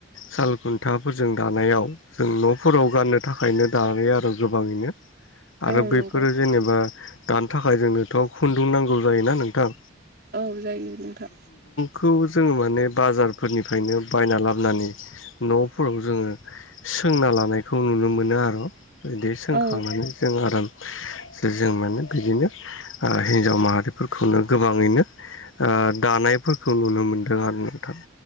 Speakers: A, on the left; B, on the right.
A: साल खुन्थाफोरजों दानायाव जों न'फोराव गाननो थाखायनो। दायो आरो गोबाङैनो। आरो
B: औ
A: बैफोरो
B: नंगौ
A: जेनेबा दानो थाखाय जोंनोथ' खुन्दुं नांगौ जायोना नोंथां।
B: औ जायो नोंथां।
A: खौ जोङो माने बाजारफोरनिफ्रायनो बायना लाबोनानै न'फोराव जोङो। सोंना लानायखौ नुनो मोनो आरो बिदि सोंखांनानै
B: औ
A: जों आराम। जों माने बिदिनो हिनजाव माहारिफोरखौनो गोबाङैनो। दानायफोरखौ नुनो मोनदों आरो नोंथां।